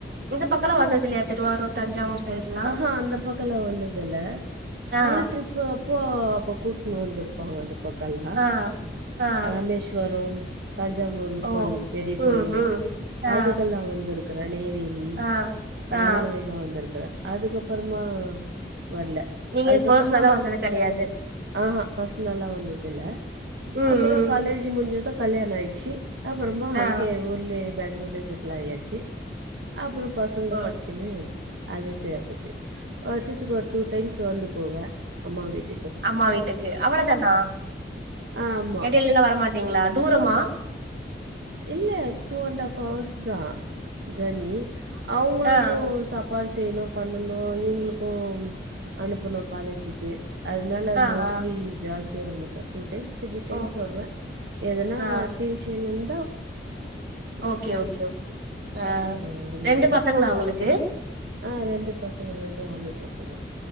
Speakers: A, on the right (about 65°); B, on the right (about 90°).
A: இந்த பக்கல வந்தது இல்லையா திருவாரூர் தஞ்சாவூர் சைட்லா
B: ஆ அ அந்த பக்கல வந்ததுல்ல ஸ்கூல்
A: ஆ
B: ட்ரிப் அப்போ கூட்டுன்னு வந்துருப்பாங்க அந்த பக்கலா
A: ஆ ஆ ஆ
B: ராமேஸ்வரோ தஞ்சாவூர்
A: ஓ
B: கோயில் பெரிய
A: ம்
B: கோயிலலு
A: ம் ஆ
B: அதுக்கெல்லா வந்துருக் நெய்வேலி
A: ஆ
B: அந்த
A: ஆ
B: மாரி எல்லா வந்திருக் அதுக்கப்பறமா வரல
A: நீங்க
B: அதுக்கப்பறமா
A: பர்சனலா வந்தது கெடையாது
B: ஆ பர்சனல்லா வந்ததுல்ல
A: ம்
B: அப்பறோ
A: ம்
B: காலேஜ் முடிஞ்சதா கல்யாண ஆயிடுச்சு அப்பறமா
A: ஆ
B: அங்கே ஊர்லயே பெங்களூர்ல செட்டில் ஆய்யாச்சு அப்புறோ பசங்க
A: ஓ
B: படிச்சுன்னு அதே செரியா போச்சு வருசத்துக்கு ஒரு டூ டைம்ஸ் வந்து போவ அம்மா வீடு
A: அம்மா வீட்டுக்கு அவ்ளோதானா
B: ஆ ஆமாம்
A: இடையில எல்லா வரமாட்டீங்களா தூர மா
B: இல்ல டூ அண்டாஃப் அவர்ஸ் தா ஜேனி அவுங்களுக்கு
A: ஆ
B: சாப்பாடு செய்ணு பண்ணனு இவுங்களுக்கு அனுப்பணு காலேஜிக்கு அதுனால
A: ஆ
B: மோஸ்ட்லி
A: ஆ
B: ஜாஸ் ருக்கே வர மாட்ட டூ டைம்ஸ் த்ரீ டைம்ஸ்
A: ஓ
B: வருவ எதுனா
A: ஆ
B: அக்கேஷன்னுன்
A: ஓகே ஓகே ஓகே ஆ
B: அந்த
A: ரெண்டு
B: மாதிரி
A: பசங்களா உங்களுக்கு
B: ஆ ரெண்டு பசங்க ரெண்டு ஆம்பள பசங்கோ